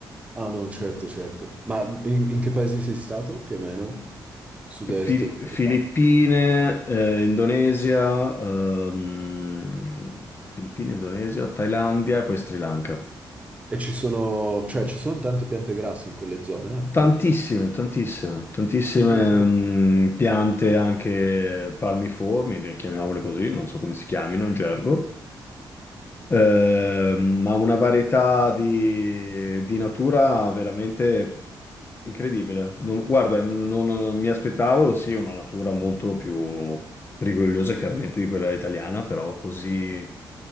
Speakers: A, on the right; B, on the left.
A: Ah, no, certo, certo. Ma in, in che paese sei stato, più o meno? Sud-est,
B: Fi-
A: come
B: Filippine,
A: va?
B: eh, Indonesia, ehm, Filippine, Indonesia, Thailandia e poi Sri Lanka.
A: E ci sono, cioè ci sono tante piante grasse in quelle zone anche?
B: Tantissime, tantissime, tantissime
A: Non me lo sapevo.
B: mm, piante anche palmiformi, chiamiamole così, non so come si chiamino in gergo, Ehm, ma una varietà di, di natura veramente incredibile. Non- guarda, non, non mi aspettavo, sì, una natura molto più rigogliosa chiaramente di quella italiana, però così...